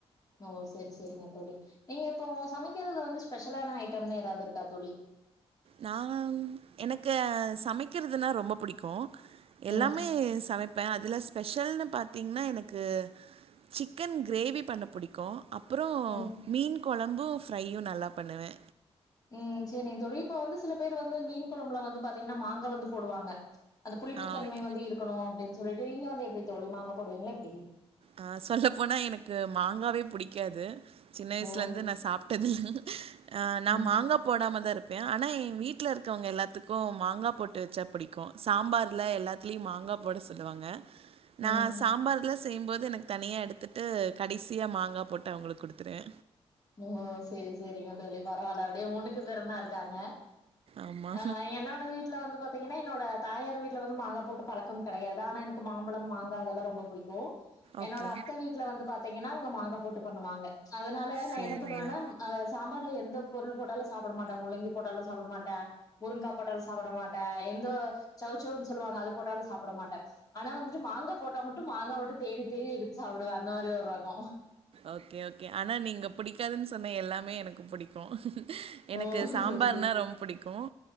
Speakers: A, on the left; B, on the right.
A: ஓ சரி சரிங்க தோழி நீங்க இப்போ சமைக்கிறதுல வந்து ஸ்பெஷலான ஐட்டம்னு ஏதாவது இருக்கா தோழி
B: நா எனக்கு சமைக்கிறதுன்னா ரொம்ப புடிக்கும் எல்லாமே
A: ம்
B: சமைப்பேன் அதுல ஸ்பெஷல்னு பாத்தீங்கன்னா எனக்கு சிக்கன் கிரேவி பண்ண புடிக்கும் அப்றோ
A: ம்
B: மீன் குழம்பும் ஃப்ரையும் நல்லா பண்ணுவே
A: உம் சேரிங்க தோழி இப்ப வந்து சில பேர் வந்து மீன் குழம்புல வந்து பாத்தீங்கன்னா மாங்கா வந்து போடுவாங்க ச் அந்த புளிப்புத்தன்மை
B: ஆ ஓகே
A: வந்து இருக்கணும் அப்டின் சொல்லிட்டு நீங்க வந்து எப்டி தோழி மாங்கா போடுவீங்ளா எப்டி
B: அஹ் சொல்ல போனா எனக்கு மாங்காவே புடிக்காது சின்ன வயசுல
A: ஓ
B: இருந்து நா சாப்ட்டது இல் அ நா
A: ம்
B: மாங்க போடாம தான் இருப் பேன் ஆனா எ வீட்ல இருக்கவங்க எல்லாத்துக்கும் மாங்கா போட்டு வச்சா புடிக்கும் சாம்பார்ல எல்லாத்துலேயும் மாங்கா போட சொல்லுவாங்க நா
A: ம்
B: சாம்பார் ல செய்யும்போது எனக்கு தனியா எடுத்துட்டு கடைசியா மாங்கா போட்டு அவுங்களுக்கு குடுத்துருவே
A: ஓ சரி சரிங்க தோழி பரவால்ல அப்டியே முன்னுக்கு திறனா இருக்காங்க
B: ஆமா.
A: ஆஹ் என்னோட வீட்ல வந்து பாத்தீங்கன்னா என்னோட தாயார் வீட்ல வந்து மாங்கா போட்டு பழக்கம் கெடையாது ஆனா எனக்கு மாம்பழம் மாங்கா அதல்லாம் ரொம்ப புடிக்கு என்னோட
B: ஓகே.
A: அத்த வீட்ல வந்து பாத் திங்கன்னா அவுங்க மாங்க போட்டு பண்ணுவாங்க ச் அதுனால நான்
B: சரிங்க.
A: என்ன பண்ணுவேன்னா ஆஹ் சாம்பார்ல எந்த பொருள் போட்டாலும் சாப்ட மாட்டேன் முள்ளங்கி போட்டாலும் சாப்ட மாட்டே முருங்கா போட்டாலும் சாப்ட மாட்டே எந்த சவ் சவ்வுன்னு சொல்லுவாங்க அது போட்டாலும் சாப்ட மாட்டே ஆனா வந்துட்டு மாங்கா போட்டா மட்டும் மாங்கா மட்டும் தேடி தேடி எடுத்து சாப்டுவே அந்த மாரி ஒரு ரகோ
B: ஓகே ஓகே ஆனா நீங்க புடி க்காதுன்னு சொன்ன எல்லாமே எனக்கு புடிக்கும். எனக்கு
A: ஓ
B: சாம்பார்னா
A: செரி செரி
B: ரொம்ப புடிக்கும்